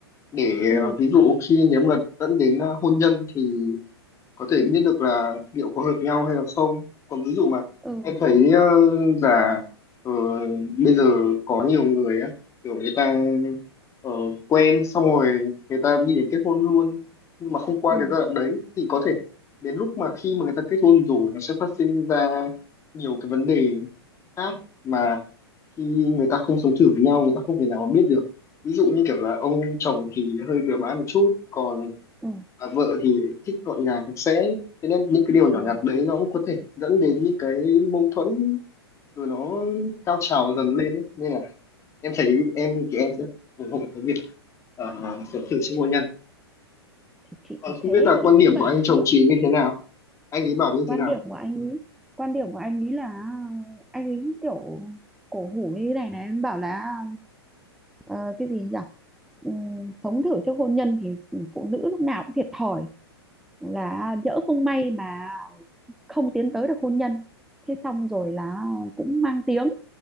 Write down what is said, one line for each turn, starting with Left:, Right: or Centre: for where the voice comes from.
Left: để
Centre: ừ
Left: ờ, ví dụ khi nếu mà dẫn đến ờ, hôn nhân thì có thể biết được là liệu có hợp nhau hay là không còn ví dụ mà
Centre: ừ
Left: em thấy ờ, là ờ, bây giờ có nhiều người á kiểu người ta ờ, quen xong rồi người ta đi đến kết hôn luôn nhưng mà không qua
Centre: ừ
Left: cái giai đoạn đấy thì có thể đến lúc mà khi mà người ta kết hôn rồi nó sẽ phát sinh ra nhiều cái vấn đề khác mà khi người ta không sống thử với nhau người ta không thể nào mà biết được ví dụ như kiểu là ông chồng thì hơi bừa bãi một chút còn
Centre: ừ,
Left: và vợ thì thích gọn gàng sạch sẽ thế nên những cái điều nhỏ
Centre: ừ.
Left: nhặt đấy nó cũng có thể dẫn đến những cái mâu thuẫn rồi nó cao trào dần lên ấy. nên là em thấy em thì em sẽ ủng hộ cái việc ờ, sớm thử sức hôn nhân
Centre: thì chị
Left: còn
Centre: thì
Left: không
Centre: thế
Left: biết là quan
Centre: chị
Left: điểm
Centre: cũng bảo
Left: của anh chồng
Centre: thế
Left: chị như thế nào anh ấy bảo như
Centre: quan
Left: thế nào
Centre: điểm của anh ấy quan điểm của anh ấy là ờ, anh ấy kiểu cổ hủ như thế này này em bảo là ờ, cái gì nhỉ Ừm, sống thử trước hôn nhân thì phụ nữ lúc nào cũng thiệt thòi là nhỡ không may mà không tiến tới được hôn nhân thế xong rồi là cũng mang tiếng